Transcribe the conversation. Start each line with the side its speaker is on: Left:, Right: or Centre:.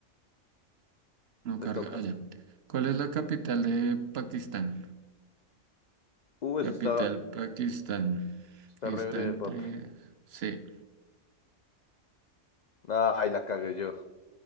Right: No
Left: Te
Right: carga.
Left: toca.
Right: Allá. ¿Cuál es la capital de Pakistán?
Left: Uh, eso
Right: Capital
Left: está,
Right: Pakistán.
Left: está
Right: Está
Left: re breve,
Right: entre...
Left: papi.
Right: Sí.
Left: Ay, la cagué yo.